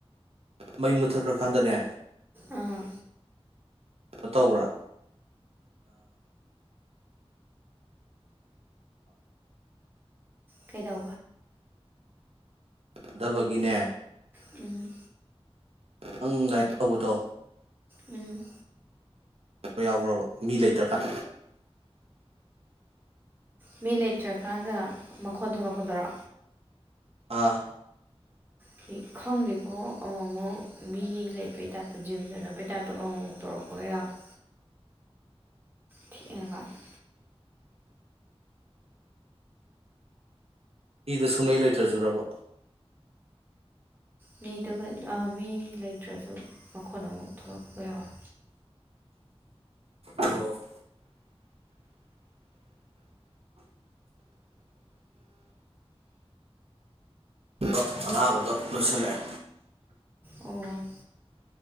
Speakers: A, on the right (about 70°); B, on the right (about 20°).
A: ꯃꯩ ꯃꯨꯠꯊꯠꯈ꯭ꯔꯀꯥꯟꯗꯅꯦ
B: ꯑꯥ
A: ꯣ ꯇꯧꯕ꯭ꯔꯥ
B: ꯀꯩꯗ
A: ꯊ ꯗꯕꯒꯤꯅꯦ
B: ꯎꯝ
A: ꯅꯪ ꯒꯥꯏꯠ ꯇꯧꯕꯗꯣ
B: ꯎꯝ
A: ꯌꯥꯎꯕ꯭ꯔꯕ ꯃꯤ ꯂꯩꯇ꯭ꯔꯀꯥꯟ
B: ꯃꯤ ꯂꯩꯇ꯭ꯔꯀꯥꯟꯗ ꯃꯈꯣꯟ ꯊꯣꯛꯂꯛꯄꯗꯔꯣ
A: ꯑꯥ
B: ꯑꯗꯤ ꯈꯪꯗꯦꯀꯣ ꯑꯃꯨꯛ ꯑꯃꯨꯛ ꯃꯤ ꯂꯩꯄꯩ ꯇꯥꯏꯞꯇ ꯖꯤꯝ ꯆꯠꯅꯕꯩ ꯇꯥꯏꯞꯇꯒ ꯑꯃꯨꯛ ꯑꯃꯨꯛ ꯇꯧꯔꯛꯄꯒꯩ ꯌꯥꯎꯔ ꯊꯦꯡꯉꯀꯥꯟꯗ
A: ꯏꯗ ꯁꯨꯡꯂꯩ ꯂꯩꯇ꯭ꯔꯖꯨꯔꯕ
B: ꯃꯤꯗꯨꯒ ꯃꯤ ꯂꯩꯇ꯭ꯔꯁꯨ ꯃꯈꯣꯟ ꯑꯃꯃꯥꯎꯛ ꯊꯣꯛꯂꯛꯄꯒ ꯌꯥꯎꯋꯦ
A: ꯑꯣ ꯑꯗꯣ ꯑꯅꯥꯕꯗꯣ ꯂꯣꯏꯁꯤꯜꯂꯛꯑꯦ
B: ꯑꯣ